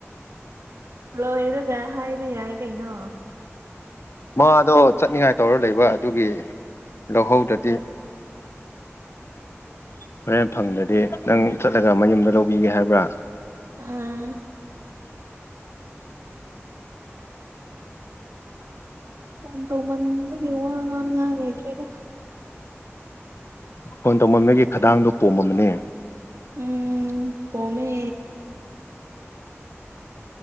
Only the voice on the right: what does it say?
ꯍꯜꯂꯣ ꯑꯩꯔꯒ ꯍꯥꯏꯕ ꯌꯥꯏ ꯀꯩꯅꯣ
ꯑꯥ ꯑꯣꯟ ꯇꯧ ꯃꯟꯗꯤ ꯋꯥ ꯉ ꯌꯥꯔꯗ꯭ꯔꯦꯗ
ꯎꯝ ꯄꯃꯦ